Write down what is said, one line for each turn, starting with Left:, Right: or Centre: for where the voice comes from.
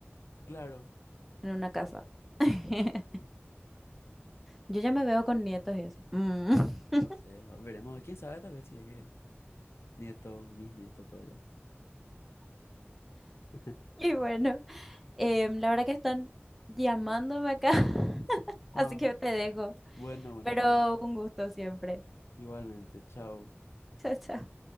Left: claro.
Centre: en una casa? <laughs>
Left: sí,
Centre: Yo ya me veo con nietos y eso. Mm. <laughs>
Left: Y no sé, veremos, quién sabe, tal vez si es que nieto, bisnieto, todo ya. <laughs>
Centre: Y bueno, em, la verdad que están llamándome acá, <laughs> así
Left: Ah,
Centre: que te dejo.
Left: bueno, bueno,
Centre: Pero
Left: está bien.
Centre: un gusto siempre.
Left: Igualmente, chao.
Centre: <laughs> Chao, chao.